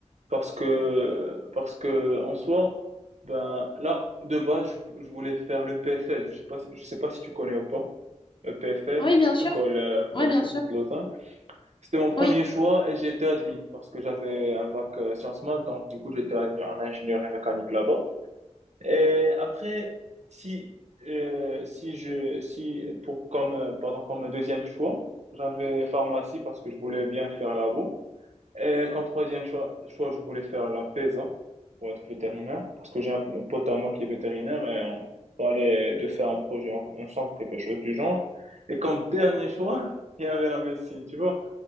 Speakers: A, on the right; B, on the left.
A: Parce que, parce que en soi, ben, là, de base, je, je voulais faire le PFL. Je sais pas, je sais pas si tu connais ou pas. Le PFL,
B: Oui, bien sûr.
A: École euh,
B: Oui,
A: Polytechnique
B: bien sûr.
A: de Lausanne. C'était mon premier
B: Oui.
A: choix et j'ai été admis parce que j'avais un bac euh, sciences maths, donc du coup j'étais admis en ingénierie mécanique là-bas. Et après, si, euh, si je, si pour comme, euh, pardon, comme deuxième choix, j'avais pharmacie parce que je voulais bien faire labo. Et comme troisième choix, choix je voulais faire la PESA pour être vétérinaire parce que j'ai un pote à moi qui est vétérinaire et on parlait de faire un projet en- ensemble, quelque chose du genre. Et comme dernier choix, <laughs> il y avait la médecine, tu vois.